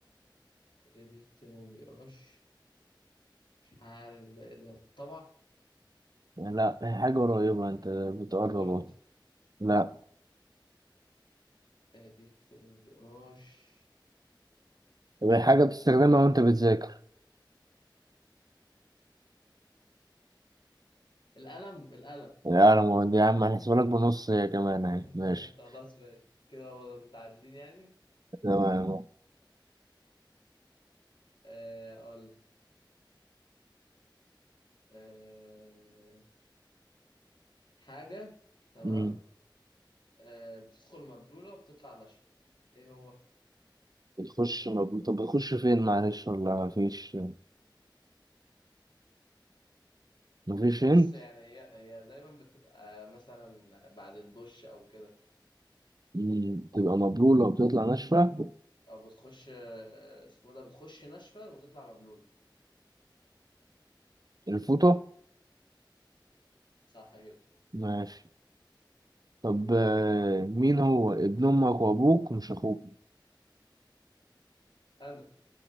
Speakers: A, on the left; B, on the right.
A: اللي بيكتب وما بيقراش مش عارف ده ايه ده الطبعة
B: لا هي حاجة قريبة أنت بتقرب
A: كيبورد
B: أهو. لا
A: آه بيكتب وما بيقراش
B: طب هي
A: آه
B: حاجة بتستخدمها وأنت بتذاكر
A: القلم القلم
B: لا أنا ما يا عم هنحسبها لك بنص هي كمان أهي
A: <laughs>
B: ماشي
A: خلاص ماشي كده متعادلين يعني
B: تمام
A: آه، اقول لك. آه، حاجة تمام
B: مم.
A: آه، بتدخل مبلولة وبتطلع ناشفة ايه هو
B: بتخش مب... طب بتخش فين معلش ولا مفيش مفيش
A: بص
B: هنت
A: يعني هي هي دايما بتبقى مثلا بعد الدش او كده
B: مم. تبقى مبلولة وبتطلع ناشفة
A: او بتخش آه، اسمه ده بتخش ناشفة وتطلع مبلولة
B: الفوطة
A: صح كده
B: ماشي طب آه، مين هو ابن أمك وأبوك مش أخوك
A: انا